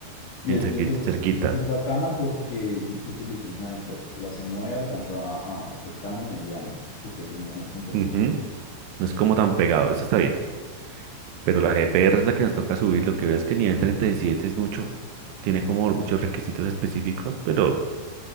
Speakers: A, on the left; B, on the right.
A: Y,
B: En
A: e-
B: cerquita,
A: y esa es,
B: cerquita.
A: esa es bacana porque yo que utilizo sniper, la C9 alcanza a a cercano mediano, si usted tiene buena puntería.
B: Ujú. No es como tan pegado, eso está bien. Pero la GPR es la que nos toca subir. Lo que veo es que nivel 37 es mucho. Tiene como muchos requisitos específicos, pero,